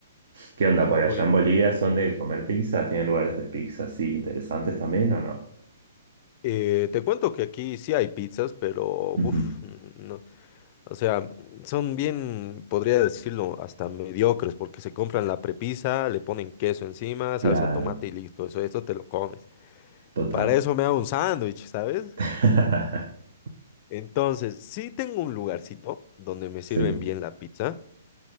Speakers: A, on the right; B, on the left.
A: ¿Qué onda por allá
B: Uy.
A: en Bolivia? ¿Son de comer pizzas? ¿Tienen lugares de pizza así interesantes también o no?
B: Eh, te cuento que aquí sí hay pizzas, pero
A: Ujú,
B: uf, no, O sea, son bien, podría decirlo, hasta mediocres, porque se compran la prepisa, le ponen queso encima, salsa
A: Claro,
B: de tomate y listo. Eso, esto te lo comes.
A: total.
B: Para eso me hago un sándwich, ¿sabes?
A: <laughs>
B: Entonces, sí tengo un lugarcito donde me sirven
A: Sí,
B: bien la pizza.